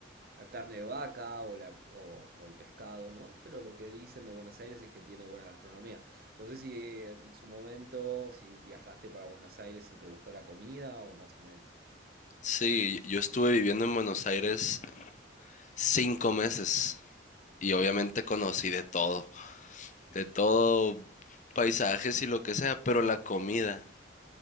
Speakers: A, on the right; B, on the left.
A: la carne de vaca o, la, o, o el pescado, ¿no? Pero lo que dicen de Buenos Aires es que tiene buena gastronomía. No sé si eh, en su momento, si viajaste para Buenos Aires, si te gustó la comida o más o menos.
B: sí, yo estuve viviendo en Buenos Aires cinco meses y obviamente conocí de todo, de todo, paisajes y lo que sea, pero la comida.